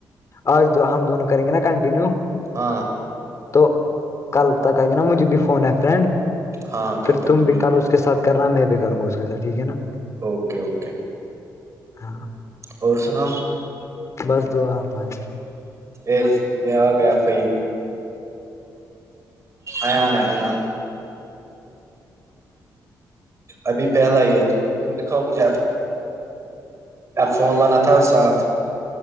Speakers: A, on the left (about 40°); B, on the right (about 40°).
A: اور ہم دونوں کریں گے نا کنٹینیو
B: ہاں
A: تو کل تک آ گیا نا مجھے بھی فون ہے فرینڈ
B: ہاں کل
A: پھر
B: تک
A: تم
B: تجھے
A: بھی کل اس کے سھ کرنا میں بھی کروں گا اس کے سھ ٹھیک ہے نا
B: اوکے اوکے
A: <unintelligible>
B: اور سنا
A: بس دعا بھائے
B: ا یہ آ گیا فھائی ایاانے ایا ابھی پہلا ہی یار تم دکھاؤ مجھے آ فون لانا تھا سات